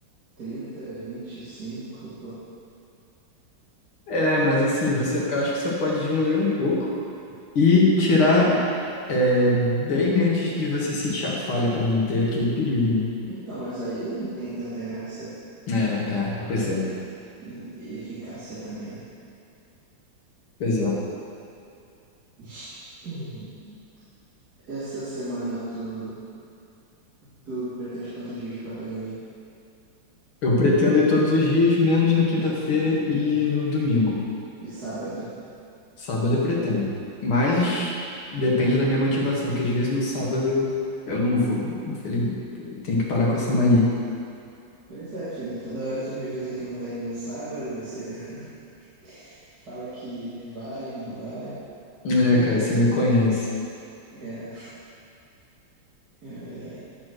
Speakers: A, on the right; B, on the left.
A: 30, 25, pô.
B: É, mas assim, você, eu acho que você pode diminuir um pouco e tirar é, bem antes de você sentir a falha, para não ter aquele perigo, né?
A: Então, mas aí não tem tanta graça
B: É, é, pois é,
A: e, e eficácia também, né?
B: pois é.
A: <sniffs> Hum. Essa semana tu, tu pretende quantos dias pra academia?
B: Eu pretendo ir todos os dias, menos na quinta-feira e no domingo.
A: E sábado?
B: Sábado eu pretendo. Mas depende da minha motivação, que às vezes no sábado eu, eu não vou. Infelizmente, eu tenho que parar com essa mania.
A: Pois é, filho, toda hora você me avisa que não tá indo no sábado, você <laughs> fala que vai e não vai.
B: É,
A: Tem que
B: cara,
A: ver
B: você
A: isso.
B: me
A: aí.
B: conhece.
A: É, ai, ai.